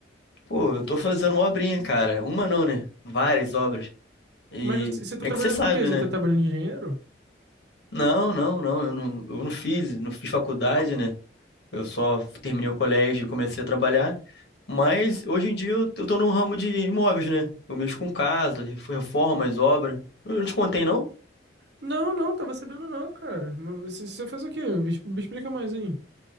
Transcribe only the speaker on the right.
Mas você, você
tá trabalhando
com o quê? Você
tá trabalhando de engenheiro?
Não, não, tava sabendo não, cara. Mas você, você faz o quê? Me, exp- me explica mais aí.